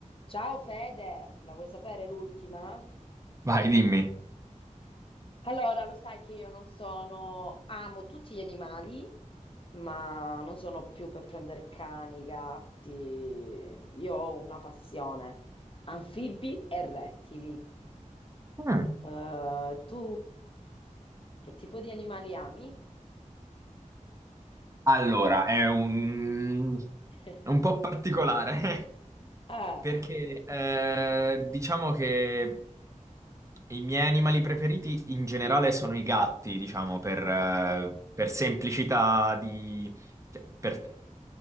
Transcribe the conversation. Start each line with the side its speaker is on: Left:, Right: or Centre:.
Left: Ciao Fede, la vuoi sapere l'ultima?
Right: Vai, dimmi.
Left: Allora, lo sai che io non sono, amo tutti gli animali, ma non sono più per prendere cani, gatti. Io ho una passione, anfibi e rettili.
Right: Mm.
Left: Eh, tu che tipo di animali ami?
Right: Allora, è un,
Left: <laughs>
Right: è un po' particolare <laughs>
Left: Ah,
Right: perché eh, diciamo che i miei animali preferiti in generale sono i gatti, diciamo, per, eh,
Left: ok.
Right: per semplicità di... cioè, per-